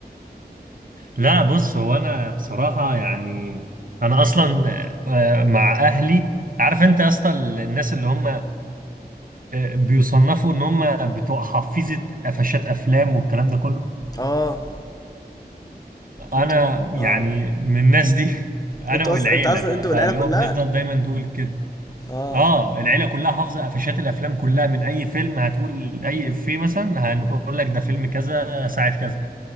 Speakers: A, on the right; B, on the left.
A: لا بص هو انا بصراحة يعني انا اصلا آه، مع اهلي عارف انت يا اسطى ال- الناس اللي هم آه، بيصنفوا ان هم بتوع حفيظة قفشات افلام والكلام ده كله
B: اه
A: انا
B: انتوا
A: يعني
B: اه
A: من الناس دي <laughs> انا
B: انتوا
A: والعيله
B: اصلا انت اصلا
A: بقى
B: انتوا
A: فاللي
B: والعيله كلها
A: هو بنفضل دايما نقول كده
B: اه
A: اه العيله كلها حافظه قفشات الافلام كلها من اي فيلم هتقول اي افيه مثلا هنقول لك ده فيلم كذا ساعه كذا